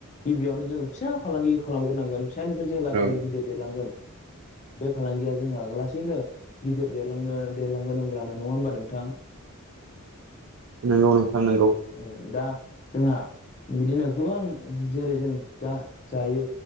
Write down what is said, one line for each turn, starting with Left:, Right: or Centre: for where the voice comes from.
Left: गिबियावनो जोङो फिसा फालांगि खालामग्रोनांगोन। फिसानिफ्राय जोङो लासैनो
Right: औ
Left: गिदिर देरलांगोन बे फालांगिया जोंहा लासैनो गिदिर देरलांनो देरलांगोन अब्लानो नङा होमबा नोंथां।
Right: नंगौ नोंथां नंगौ।
Left: ओ दा जोंहा बिदिनो गोबां जेरै जों दा जायो